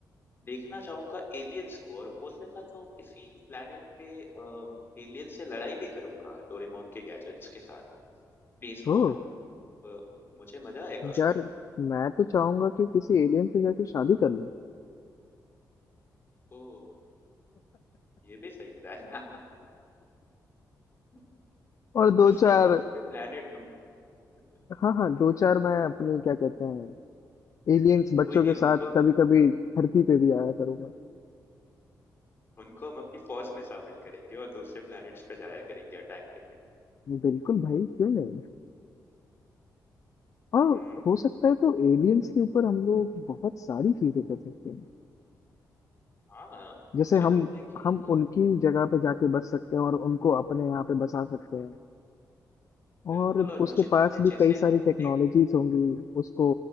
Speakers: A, on the left; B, on the left.
A: देखना चाहूँगा एलियंस को और हो सका तो किसी प्लैनेट पे अ, एलियंस से लड़ाई भी करूँगा डोरेमोन के गैजेट्स के साथ, स्पेस
B: ओ
A: वॉर। अ, मुझे मज़ा आएगा उसमें।
B: यार
A: <laughs>
B: मैं तो चाहूंगा कि किसी एलियन से जाके शादी कर लूं
A: ओह! ये भी सही प्लान है। <laughs>
B: और दो
A: इसके
B: चार
A: लिए तो हमें प्लैनेट ढूँढना
B: हाँ हाँ दो चार
A: <laughs>
B: मैं अपनी क्या कहते हैं एलियंस बच्चों
A: कोई नहीं,
B: के
A: उनको
B: साथ
A: हम
B: कभी कभी धरती पे भी आया करूंगा
A: उनको हम अपनी फ़ौज में शामिल करेंगे और दूसरे प्लैनेट्स पे जाया करेंगे अटैक करने।
B: बिल्कुल भाई क्यों नहीं और
A: हुँ,
B: हो सकता है तो एलियंस के ऊपर हम लोग बहुत सारी चीजें कर सकते हैं
A: हाँ,
B: जैसे
A: मुझे
B: हम
A: लगता है कि
B: हम
A: अ,
B: उनकी जगह पे जाके बस सकते हैं और उनको अपने यहाँ पे बसा सकते हैं
A: बिल्कुल
B: और
A: और
B: उसके
A: मुझे लगता
B: पास
A: है
B: भी
A: जैसे
B: कई सारी
A: हमने
B: टेक्नोलॉजीज होंगी उसको